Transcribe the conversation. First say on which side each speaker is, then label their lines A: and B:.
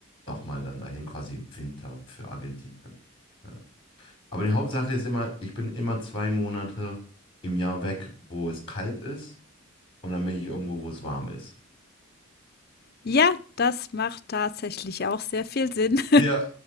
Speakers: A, on the left; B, on the left.
A: nochmal dann dahin quasi im Winter für Argentinien. Ja. Aber die Hauptsache ist immer, ich bin immer zwei Monate im Jahr weg, wo es kalt ist und dann bin ich irgendwo, wo es warm ist.
B: Ja, das macht tatsächlich auch sehr viel Sinn.
A: Ja,